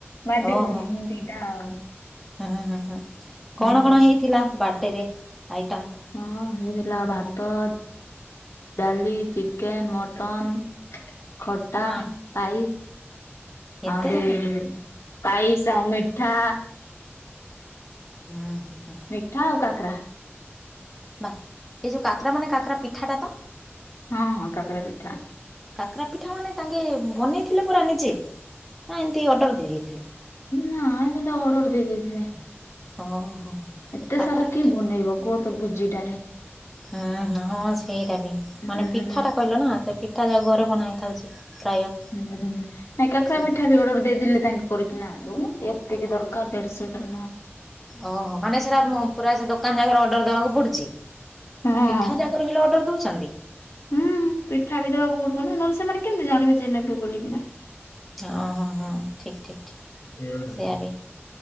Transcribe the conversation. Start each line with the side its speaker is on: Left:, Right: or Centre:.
Left: ବାର୍ଥଡେଇ
Centre: ଓହୋ
Left: ଭୋଜି ଦିଇଟା ଆଉ
Centre: ହୁଁ ହୁଁ ହୁଁ
Left: ହୁଁ
Centre: କଣ କଣ ହେଇଥିଲା ବାଟରେ ଆଇଟମ।
Left: ହଁ ହେଇଥିଲା ଭାତ ଡାଲି, ଚିକେନ, ମଟନ୍। ଖଟା,
Centre: ମା
Left: ପାଇସ୍,
Centre: ଏତେ
Left: ଆହୁରି
Centre: ଯାକ
Left: ପାଇାଇସ୍, ଆଉ ମିଠା
Centre: ହୁଁ ହୁଁ।
Left: ମିଠା, ଆଉ କାକରା।
Centre: ନାଁ ଏ ଯେଉଁ କାକରା, ମାନେ କାକରା ପିଠାଟା ତ।
Left: ହଁ ହଁ, କାକରା ପିଠା
Centre: କାକରା ପିଠା, ମାନେ ତାଙ୍କେ ବନେଇଥିଲେ ପୁରା ନିଜେ ନାଁ, ଏମିତି ଅର୍ଡ଼ର ଦେଇ ଦେଇଥିଲି।
Left: ନାଁ ବୋଧେ ଅର୍ଡର ଦେଇଥିଲି
Centre: ଓହୋ।
Left: ଏତେ
Centre: କାକରା
Left: ସାରା କିଏ
Centre: ପିଠା
Left: ବନେଇବ
Centre: ହୁଁ
Left: କୁହ ତ ଭୋଜିଟାରେ
Centre: ହଁ ହଁ ସେଇଟା ବିି
Left: ହୁଁ
Centre: ମାନେ ପିଠାଟା
Left: ହୁଁ
Centre: କହିଲନା ସେ ପିଠା ଯାକ ଘରେ ବନା ହେଥାଉଛି ପ୍ରାୟ
Left: <unintelligible> କାକା
Centre: ସେଥିପାଇଁ।
Left: ପିଠା ଅର୍ଡର ଦେଇଦେଲେ ତାଙ୍କ୍ କରିକିନା ଦେଉନାହାନ୍ତି ଏତିକି ଦରକାର ଦେଢଶହ ନାଁ
Centre: ଓହୋ ମାନେ ସେଟା ପୁରା ସେ ଦୋକାନ ଜାକ ଅର୍ଡର ଦେବାକୁ ପଡୁଛି
Left: ହଁ
Centre: ପିଠା ଯା ରହିଲେ ଅର୍ଡର ଦଉଛନ୍ତି।
Left: ହୁଁ ପିଠା ବି ଦେବାକୁ ପଡିବ ନା, ନହେଲେ ସେମାନେ କେମିତି ଜାଣିବେ ଯେ ନେବେ ବୋଲିକିନା
Centre: ହଁ ହଁ ହଁ ଠିକ୍ ଠିକ୍ ଠିକ୍
Left: ହୁଁ
Centre: ସେଇଆ ବି